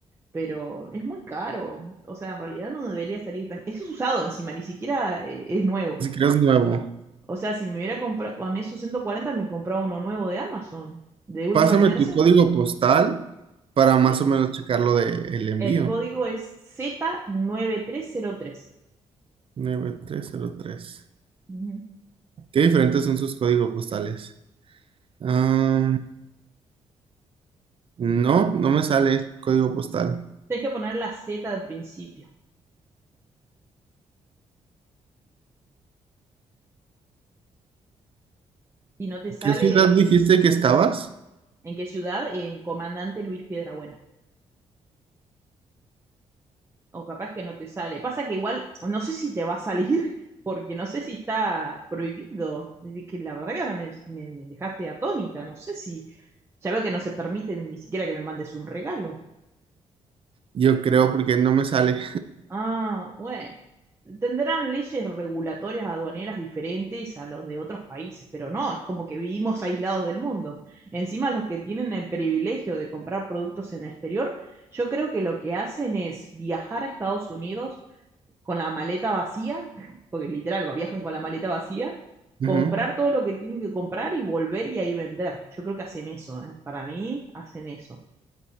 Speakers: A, on the right; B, on the right.
A: Pero es muy caro. O sea, en realidad no debería salir tan... Eso es usado encima, ni siquiera eh, es nuevo.
B: Ni siquiera es nuevo.
A: O sea, si me hubiera comprado con esos 140 me compraba uno nuevo de Amazon, de última
B: Pásame
A: generación.
B: tu código postal para más
A: Sí.
B: o menos checar lo del envío.
A: El código es Z9303. nueve tres cero tres.
B: nueve tres cero tres
A: Ujú.
B: ¿Qué diferentes son sus códigos postales? Am, no, no me sale código postal.
A: Tienes que poner la Z al principio. Y no te sale
B: ¿Qué ciudad dijiste que estabas?
A: en qué ciudad, en Comandante Luis Piedrabuena. o capaz que no te sale. Pasa que igual no sé si te va a salir <laughs> porque no sé si está prohibido. Es decir, que la verdad que ahora me, me- me dejaste atónita, no sé si ya veo que no se permite ni siquiera que me mandes un regalo.
B: Yo creo porque no me sale.
A: Ah, bueno. Tendrán leyes regulatorias aduaneras diferentes a los de otros países, pero no, es como que vivimos aislados del mundo. Encima, los que tienen el privilegio de comprar productos en el exterior, yo creo que lo que hacen es viajar a Estados Unidos con la maleta vacía, <laughs> porque literal, viajan con la maleta vacía,
B: <laughs>
A: comprar
B: Ujú.
A: todo lo que tienen que comprar y volver y ahí vender. Yo creo que hacen eso, ¿eh? Para mí, hacen eso.